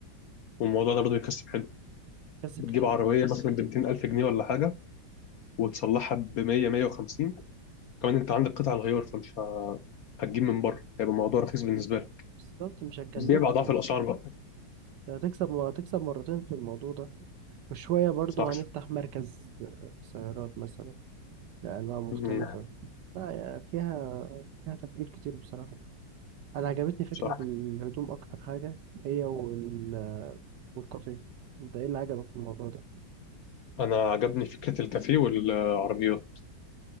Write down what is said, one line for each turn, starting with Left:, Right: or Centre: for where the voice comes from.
Left: والموضوع ده برضه بيكسب حلو
Right: كسب
Left: بتجيب
Right: كتير
Left: عربية مثلا ب 200000 جنيه ولا حاجة وتصلحها ب 100 150 كمان أنت عندك قطع الغيار فمش ه- هتجيب من بره هيبقى الموضوع رخيص بالنسبة لك
Right: بالظبط مش هتكلفك
Left: بيع بأضعاف
Right: يعني
Left: الأسعار بقى
Right: هتكسب هتكسب مرتين في الموضوع ده وشوية برضو
Left: صح
Right: هنفتح مركز آه، سيارات مثلا لأنواع مختلفة
Left: مم.
Right: لا يا- فيها فيها تفكير كتير بصراحة انا عجبتني فكره
Left: صح
Right: الهدوم اكتر حاجه هي وال والكافيه انت ايه اللي عجبك في الموضوع ده
Left: أنا عجبني فكرة الكافيه والعربيات